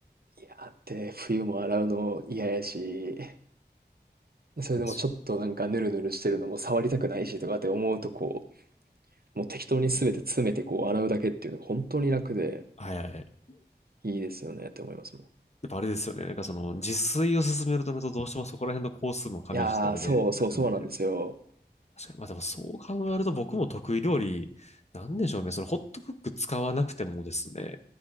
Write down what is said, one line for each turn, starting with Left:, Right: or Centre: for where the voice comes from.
Right: いや、ってね、冬も洗うの嫌やし、それでもちょっとなんかヌルヌルしてるのも触りたくないしとかって思うとこ
Left: 確
Right: う、もう適当に全て詰めてこう洗うだけっていうのが本当に楽で
Left: かにはいはいはい。
Right: いいですよねって思いますもん。
Left: やっぱあれですよね。なんかその、自炊を進めるとなると、どうしてもそこら辺の工数も加味した上で、
Right: いやー、そうそうそうなんですよ。
Left: なるんで、確かに。まあでもそう考えると僕も得意料理、なんでしょうね。そのホットクック使わなくてもですね、